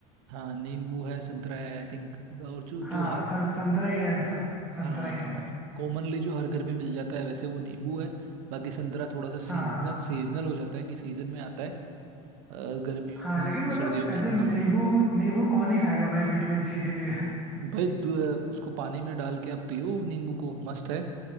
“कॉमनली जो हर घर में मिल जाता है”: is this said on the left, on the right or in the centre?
Right